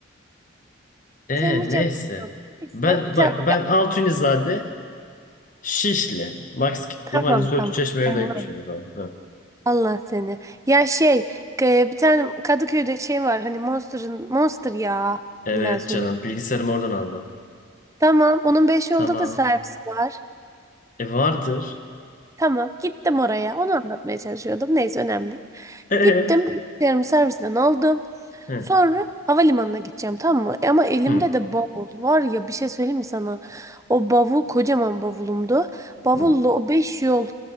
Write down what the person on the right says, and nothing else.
Sen nice
Neyse
bir tane
ya,
tamam
tamam.
Sen
Allah seni. Ya şey e, bir tane Kadıköy'de şey var hani Monster'ın Monster ya.
İlla söyle.
Tamam onun 5
yolda da servisi var.
Tamam gittim oraya. Onu anlatmaya çalışıyordum. Neyse önemli değil.
Gittim bilgisayarımı servisten aldım.
Sonra havalimanına gideceğim tamam mı? E ama elimde
de bavul var ya bir şey söyleyeyim mi sana? O bavul kocaman bavulumdu. Bavulla
o beş yol